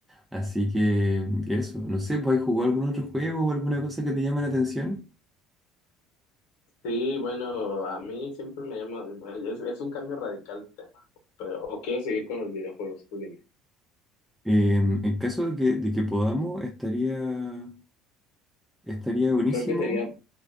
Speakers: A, in the centre; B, on the left.
A: Así que eso, no sé, pues ¿jugó algún otro juego o alguna cosa que te llame la atención?
B: Sí, bueno, a mí siempre me llama, bueno, es, es un cambio radical de tema, pero o quiero seguir con los videojuegos, tú dime.
A: Em, en caso de que, de que podamos, estaría, estaría buenísimo.
B: Creo que sería,